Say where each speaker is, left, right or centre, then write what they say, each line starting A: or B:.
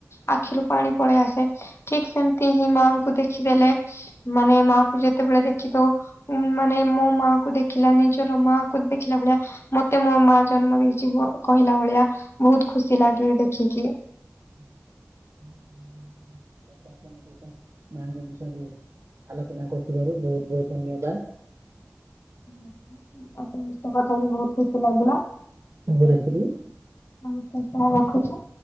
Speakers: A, on the left; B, on the right.
A: ଆଖିରୁ ପାଣି ପଳେଇ ଆସେ। ଠିକ୍ ସେମତି ହିଁ ମା କୁ ଦେଖିଦେଲେ ମାନେ ମା କୁ ଯେତେବେଳେ ଦେଖିଦୋଉ ଉଁ ମା ନାଇଁ ମୋ ମା କୁ ଦେଖିଲାନି ନିଜର ମା କୁ ଦେଖିଲା ଭଳିଆ ମତେ ମୋ ମା ଜନ୍ମ ଦେଇଚି ବ କହିଲା ଭଳିଆ ବୋହୁତ ଖୁସି ଲାଗେ ଦେଖିକି।
B: <inaudible> ହିତ <unintelligible> ମାଙ୍କ ବିଷୟରେ ଆଲୋଚନା କରୁଥିବାରୁ ବୋହୁତ ବୋହୁତ ଧନ୍ୟବାଦ।
A: <inaudible> ଆଉ ସମସ୍ତଙ୍କ କଥାକୁ ବୋହୁତ ଖୁସି ଲାଗିଲା।
B: ହାଲୋ ରେପ ଦେଇ <unintelligible>
A: <unintelligible> ରଖୁଚି।